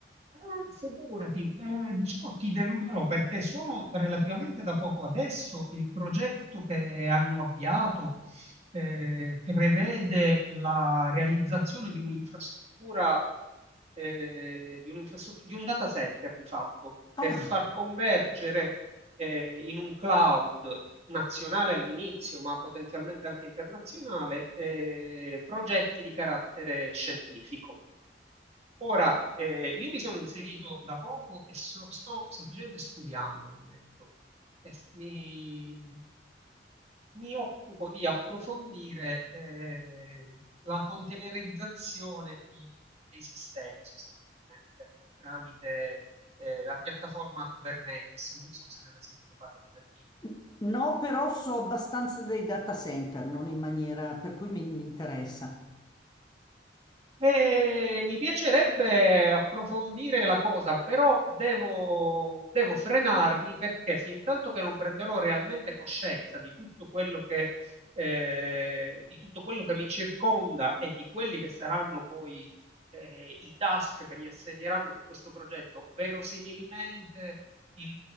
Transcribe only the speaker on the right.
Ah, Figurati, eh, diciamo ti deluderò perché sono relativamente da poco adesso il progetto che hanno avviato eh, prevede la realizzazione di un'infrastruttura eh, di un'infrastruttu- di un data center di fatto,
per far convergere eh, in un cloud nazionale all'inizio, ma potenzialmente anche internazionale, eh, progetti di carattere scientifico. Ora, eh, io mi sono inserito da poco e so- sto semplicemente studiando al momento. E s- mi, mi occupo di approfondire eh, la containerizzazione di- dei sistemi sostanzialmente, tramite eh, la piattaforma Kubernetes. Non so se ne hai mai sentito parlare prima.
Eh, mi piacerebbe approfondire la cosa, però devo, devo frenarmi perché fin tanto che non prenderò realmente coscienza di tutto quello che, eh, di tutto quello che mi circonda e di quelli che saranno poi, eh, i task che mi assegneranno su questo progetto, verosimilmente il,